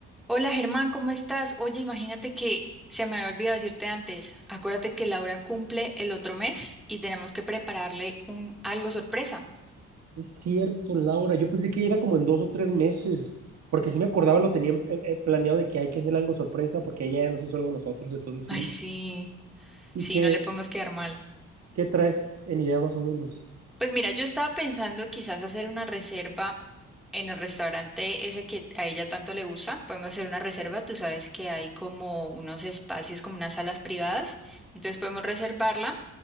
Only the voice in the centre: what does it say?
Hola Germán, ¿cómo estás? Oye, imagínate que se me había olvidado decirte antes. Acuérdate que Laura cumple el otro mes y tenemos que prepararle un algo sorpresa.
Ay, sí,
sí,
no le podemos quedar mal.
Pues mira, yo estaba pensando quizás hacer una reserva en el restaurante ese que a ella tanto le gusta. Podemos hacer una reserva, tú sabes que hay como unos espacios, como unas salas privadas. Entonces podemos reservarla.